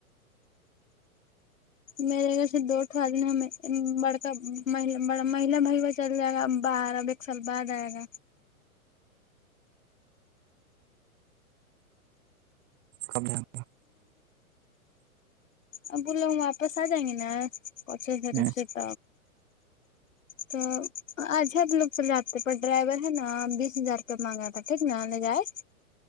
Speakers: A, on the left; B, on the right.
A: میرے گھر سے دوٹو آدمی ہمیں بڑکا مہلا بھائی وہ چل جائے گا بارہ سلپ بادائےگا
B: کب جائیں
A: اب بول لو ہم واپس آ جائیں گے نا کچےری
B: گے
A: سے ت تو اجھا تو لوگ چل جاتے پر ڈرائیور ہے نا بیس ہزار روپئے مانگا تھا ٹھیک نا لے جائے